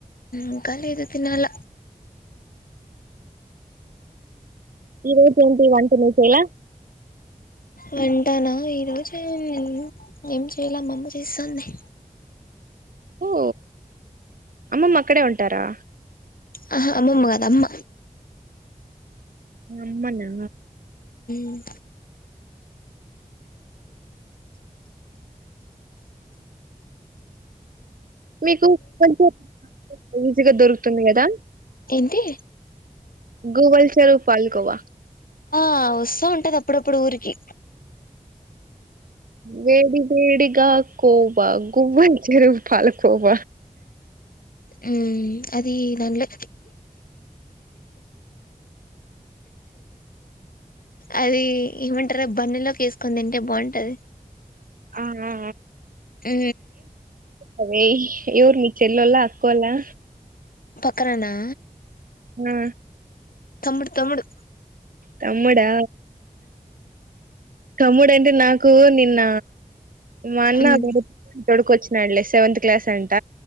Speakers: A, on the left (about 80°); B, on the right (about 75°).
A: ఇంకా లేదు తినాళ
B: ఇవైతి ఏంటి వంట నువ్వు చేయలా
A: వింటానా ఈ రోజు ఏం ఎందుకు ఏం చేయల మ అమ్మ చేస్తాంది
B: ఓ అమ్మమ్మ అక్కడే ఉంటారా
A: ఆహా అమ్మమ్మగద్ అమ్మ
B: అమ్మనా
A: ఉమ్
B: మీకు కొంచెం ఈజీగా దొరుకుతుంది కదా
A: ఏంటి
B: గూగుల్ స్వరూప్ పాల్కొ వా
A: ఆ వస్తా ఉంటది అప్పుడప్పుడు ఊరికి
B: వేడి వేడిగా కోబ గుమ్మల్ చెరువు పాల కోబ
A: మ్మ్ అది దానిలో అది ఏమంటరు బన్న ల్లోకి వేసుకొని తింటే బాగుంటది
B: ఆ ఆ
A: ఊ
B: అదే ఎవరు ని చెెల్లోళ్ల అక్కోల్లా
A: పక్కననా
B: ఆ
A: తముడు తముడు
B: తమ్ముడా తమ్ముడు అంటే నాకు నిన్న మ అన్న
A: మ్మ్
B: <unintelligible> తడుకోచ్చ నల్లే సెవెంత్ క్లాస్ అంట